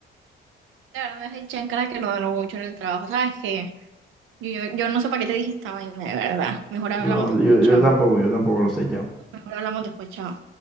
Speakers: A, on the right; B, in the centre.
A: Claro, me dejé echar en cara que no ganó mucho en el trabajo. ¿Sabes que Yo, yo, yo no sé para qué te dije esta vaina, de verdad. Mejor hablamos
B: No,
A: después,
B: yo,
A: chao.
B: yo tampoco, yo tampoco lo sé, chao.
A: Mejor hablamos después, chao.